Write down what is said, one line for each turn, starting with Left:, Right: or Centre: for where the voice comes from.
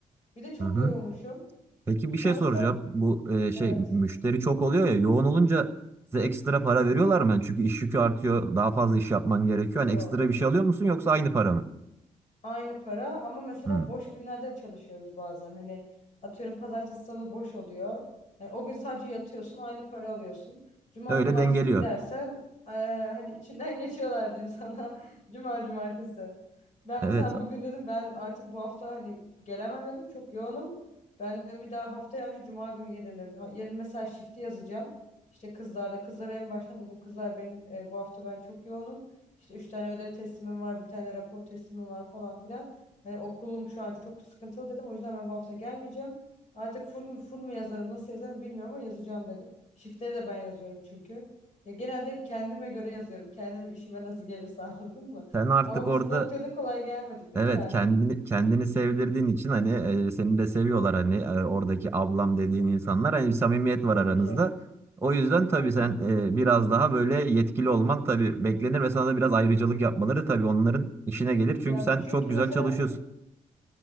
Left: Bir de çok
Right: Hı hı.
Left: yorulmuşum.
Right: Peki bir
Left: Sonrasında
Right: şey soracağım. Bu e, şey
Left: Evet.
Right: müşteri çok oluyor ya yoğun olunca size ekstra para veriyorlar mı? Yani çünkü iş yükü artıyor. Daha fazla iş yapman gerekiyor.
Left: Yo.
Right: Hani ekstra bir şey alıyor musun yoksa aynı para mı?
Left: Aynı para ama mesela
Right: Hmm.
Left: boş günlerde çalışıyoruz bazen. Hani atıyorum pazartesi salı boş oluyor. Hani o gün sadece yatıyorsun aynı para alıyorsun. Cuma
Right: Öyle
Left: cumartesi
Right: dengeliyor.
Left: gidersen eee, hani içinden <laughs> geçiyorlar diyeyim sana. <laughs> Cuma cumartesi. Ben
Right: Evet.
Left: mesela bugün dedim ben artık bu hafta hani gelemem dedim çok yoğunum. Ben dedim bir daha haftaya önce cuma günü gelirim dedim. Ha- Yarın mesela shift'i yazacağım. İşte kızlarla kızlara en baştan dedim kızlar benim e, bu hafta ben çok yoğunum. İşte üç tane ödev teslimim var, bir tane rapor teslimim var falan filan. Hani okulum şu an çok sıkıntılı dedim. O yüzden ben bu hafta gelmeyeceğim. Artık full mü, full mu yazarım, nasıl yazarım bilmiyorum ama yazacağım dedim. Shift'leri de ben yazıyorum çünkü. Ya genelde hep kendime göre yazıyorum. Kendime işime nasıl gelirse <laughs> anladın mı?
Right: Sen artık
Left: Ama
Right: orada
Left: biz bu noktaya da kolay gelmedik lütfen.
Right: evet kendini kendini sevdirdiğin için hani e, seni de seviyorlar hani e, oradaki ablam dediğin insanlar hani bir samimiyet var
Left: Tabii
Right: aranızda.
Left: ki.
Right: O yüzden tabii
Left: Aynen.
Right: sen e, biraz daha böyle yetkili olman tabii beklenir ve sana da biraz ayrıcalık yapmaları tabii onların işine gelir. Çünkü
Left: Ya
Right: sen
Left: çünkü
Right: çok güzel
Left: mesela
Right: çalışıyorsun.